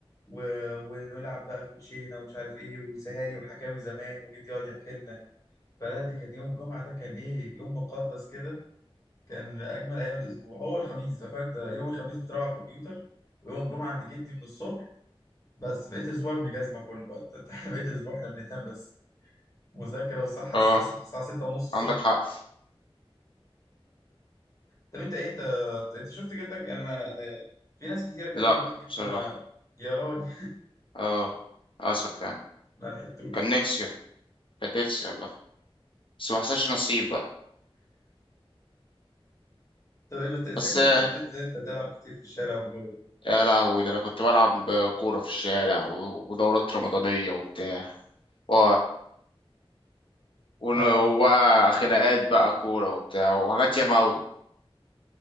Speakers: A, on the left; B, on the left.
A: و... ونلعب بقى كوتشينة ومش عارف إيه وسهاري وحكاوي زمان وجدي يقعد يحكي لنا فلا دي كان يوم الجمعة ده كان إيه يوم مقدس كده كان أجمل أيام الأسبوع هو الخميس فأنت يوم الخميس بتروح على الكمبيوتر ويوم الجمعة عند جدي من الصبح بس بقيت الأسبوع ابن جزمة كله بقى <laughs> أنت أنت- إحنا بقيت الأسبوع إحنا بنتهان بس مذاكرة والصحة
B: اه
A: الس- الصحة الساعة 6 ونص الصبح
B: عندك حق
A: طب أنت إيه أنت أنت أنت شفت جدك يعني أنا أنا في ناس كتير أكلمها
B: لا
A: يقول لك جدي
B: بصراحة
A: ما يا راجل
B: اه اسف يعني
A: <laughs> ما لحقتوش
B: كان نفسي كان نفسي والله بس ما حصلش نصيب بقى
A: طب إيه بس
B: بس
A: شكلك
B: آه،
A: كنت بتنزل أنت تلعب كتير في الشارع والجو ده
B: يا لهوي ده انا كنت بلعب كورة في الشارع و- ودورات رمضانية وبتاع و... ون-
A: آه
B: وبقى خناقات بقى كورة وبتاع وحاجات ياما أوي